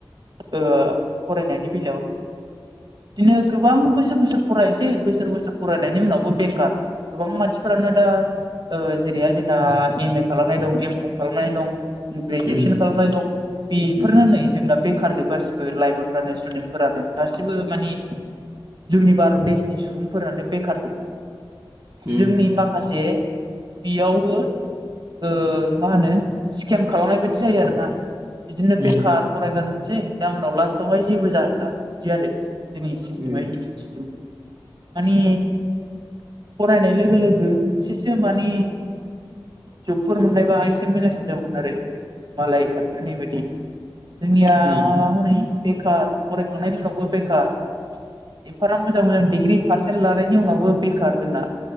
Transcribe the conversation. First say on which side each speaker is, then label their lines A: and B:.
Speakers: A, on the right; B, on the right.
A: ओ फरायनायनि बेलायाव बिदिनो गोबां बोसोर बोसोर फरायनोसै बोसोर बोसोर फरायनायनि उनावबो बेखार। गोबां मानसिफोरानो दा ओ जेरैहाय जों ना एम ए खालामनाय दं एम कम खालामनानै दं। ग्रेजुवेसन
B: उम
A: खालामनाय दं बेफोरनो
B: उम
A: नै जोंना बेखार जोब गासिबो लाइमोनफ्रानो स्टुदेन्टफोरानो गासिबो माने जोंनि भारत देशनि सुबुंफोरानो बेखारजोब।
B: उम
A: जोंनि माखासे बेयाव बो ओ मा होनो स्केम खालामनाय बादि जायो आरो ना बिदिनो
B: उम
A: बेखार फरायगारनोसै दा उनाव लास्टआवहाय जेबो जाहैला बिदि आरो। जोंनि सिस्टेमा
B: उम
A: इदुकेसन सिस्टेम। माने फरायनाय लोगो लोगो मोनसेसो माने जबफोर मोननायबा एसे मोजांसिन जागौमोन आरो मालाय खान्ट्रिनि बायदि। जोंनिया
B: उम
A: हनै बेखार फरायखांनायनि उनावबो बेखार। एफाराब मोजां मोजां डिग्रि पारसेन्ट लानायनि उनावबो बेखार जोंना